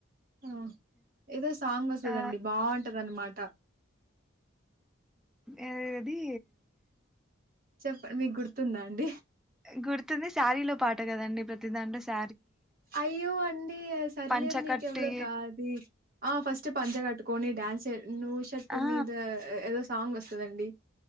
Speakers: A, on the right; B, in the centre.
A: ఆ ఏదో సాంగ్ వస్తుందండి
B: ఆ ఆ
A: బాగుంటది అన్నమాట
B: ఏ అది
A: చెప్పండి మీకు గుర్తుందా అండి
B: గుర్తుంది శారీలో పాట కదండి ప్రతి దాంట్లో శ
A: అయ్యో అండి అది సరిలేరు
B: పంచకట్టి
A: నీకెవరు కాది ఆ ఫస్ట్ పంంచగాటు కొన్ని డాన్స్ర్ నుూ షట్టు
B: ఆ
A: మీద ఏదో సాంగ్ వస్ దండి